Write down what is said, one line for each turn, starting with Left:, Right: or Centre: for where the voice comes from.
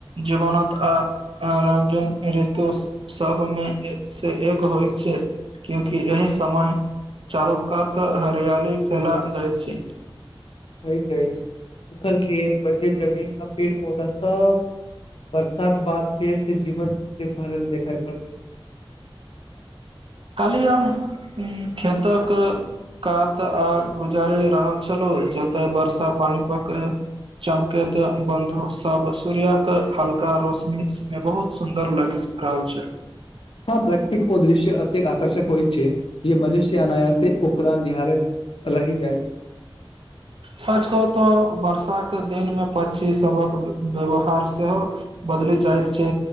Right: जीवनत आ न ऋतु सबमे से एक होइत छै क्यूकि एहि समय चालुकातः हरियाली फैला जाइत छै
Left: स क सुखल खेत बे जमीन पेड़ पौधा सब वर्षाका बाद पेड़ से जीवन से भरल दिाई पड़ छै ह <inaudible>
Right: काली हम खेतक कात आ गुजारि रहल छलहु जतय वर्षा पानि प के चमकेैत बन्धु सब सूर्य के हल्का रोशनी में बहुत सुंदर लगे छै आम छै
Left: हँ प्रकृतिक ओ दृश्य अतेक आकर्षक होइत छै जे मनुष्य अनायस ओकरा निहारहारित अ्ही जायज छै
Right: सच कहू तऽ बर्षा के दिनमे पच्ची सबक व्यवहार सेहो जाइत छै